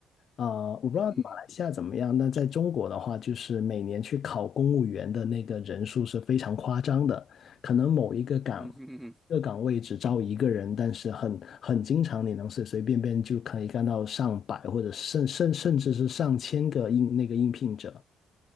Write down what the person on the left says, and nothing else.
啊，我不知道马来西亚怎么样，
那在中国的话，就是每年去考公务员的那个人数是非常夸张的，可能某一个岗，
一个岗位只招一个人，但是很很经常，你能随随便便就可以干到上百或者甚甚甚至是上千个应那个应聘者，